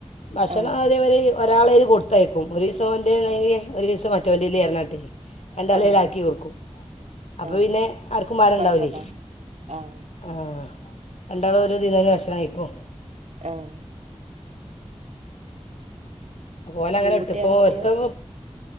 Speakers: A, on the left (about 70°); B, on the right (about 75°).
A: ഭക്ഷണം
B: ആഹ്
A: അതേമാരി ഒരാള്ളേൽ കൊടുത്തയക്കും ഒരു ദിവസം ഇവന്റെ ആണെങ്കിൽ ഒരു ദിവസം മറ്റൊന്റെയിൽ രണ്ടാളെല്ലും
B: ആഹ്
A: ആക്കികൊടുക്കും അപ്പോൾ
B: ആഹ്
A: പിന്നെ ആർക്കും ഭാരംണ്ടാവില്ലേ
B: കൊഴപ്പല്ല ആഹ്
A: ആ രണ്ടാളും ഒരു ഇതിന്ന് തന്നെ ഭക്ഷണ കഴിക്കും
B: ആഹ്
A: ഒലെ അങ്ങനെ
B: പെൺകുട്ടിയാ
A: ഇട്ട് ഇപ്പോൾ
B: ആൺകുട്ടിയാ
A: ഒരുത്തൻ